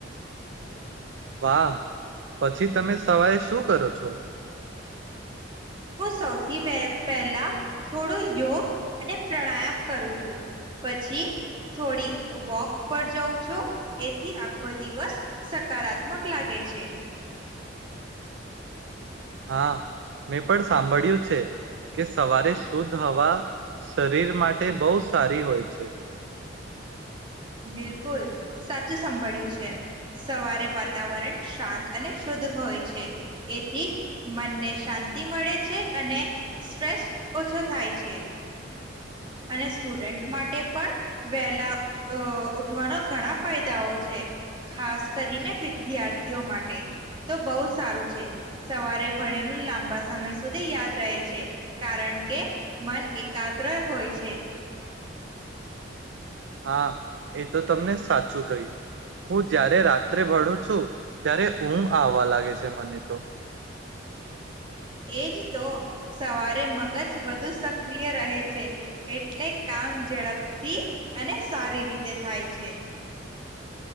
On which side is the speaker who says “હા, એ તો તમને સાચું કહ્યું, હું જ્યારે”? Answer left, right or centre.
Right